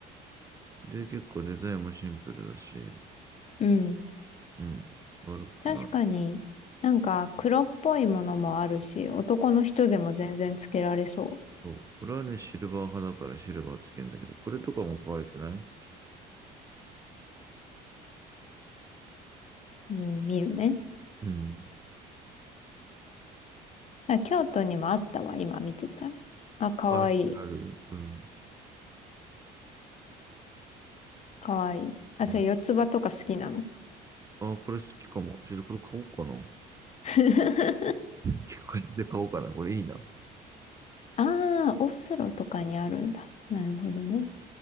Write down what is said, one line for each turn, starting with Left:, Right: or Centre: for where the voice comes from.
Right: で、結構デザインもシンプルだし、
Left: うん。
Right: うん。悪くない。
Left: 確かに、なんか黒っぽいものもあるし、男の人でも全然つけられそ
Right: そう。俺はね、シルバー派だからシルバーつけんだけど、これとかも可愛くない
Left: う。うん、見るね。
Right: うん。
Left: あ、京都にもあったわ、今見てたら。あ、かわいい。
Right: 可愛くある。うん。
Left: かわいい。あ、
Right: うん
Left: それ四つ葉とか好きなの。
Right: ああ、これ好きかも。ちょっとこれ買おうかな。
Left: <laughs>
Right: 聞構買て買おうかな。これいいな。
Left: ああ、オスロとかにあるんだ。なるほどね。